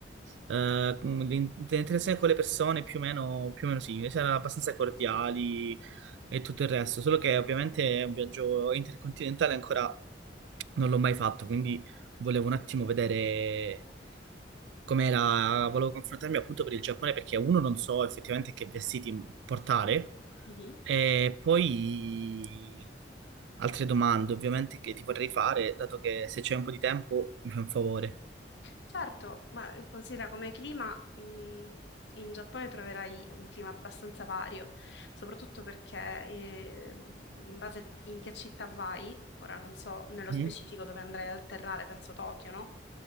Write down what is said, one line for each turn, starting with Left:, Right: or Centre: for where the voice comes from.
Right: eh, l'interazione con le persone più o meno, più o meno simile, cioè, abbastanza cordiali e tutto il resto, solo che ovviamente è un viaggio intercontinentale ancora non l'ho mai fatto, quindi volevo un attimo vedere com'era, volevo confrontarmi appunto per il Giappone perché uno non so effettivamente che vestiti portare
Left: Mhm.
Right: e poi altre domande ovviamente che ti vorrei fare, dato che se c'è un po' di tempo mi fai un favore.
Left: Certo, ma eh, considera come clima, mh, in Giappone troverai un clima abbastanza vario, soprattutto perché eh, in base in che città vai, ora non so nello
Right: Mm?
Left: specifico dove andrai ad atterrare, penso Tokyo, no?